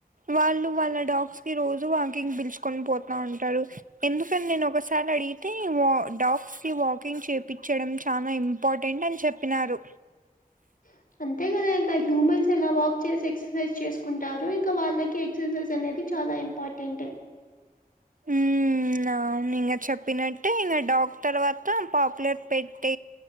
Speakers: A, on the right; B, on the left.
A: వాళ్ళు వాళ్ళ డాగ్స్‌కి రోజు వాకింగ్‌కి పిలుచుకొని పోతా ఉంటారు ఎందుకని నేను ఒకసారి అడిగి తే వా డాగ్స్‌కి వాకింగ్ చేపిచడం చానా ఇంపార్టెంట్ అని చెప్పినారు
B: <inaudible> అంతే కదా ఇంకా హ్యూమన్స్ ఎలా వాక్ చేసి ఎక్సర్సైజ్ చేసుకుంటారు ఇంకా వాళ్ళకి ఎక్సర్సైజ్ అనేది చాలా ఇం పార్టెంట్ <inaudible>
A: ఉమ్ అవును ఇంగ చెప్పినట్టే ఇంగ డాగ్ తర్వాత పాపులర్ పెట్ట్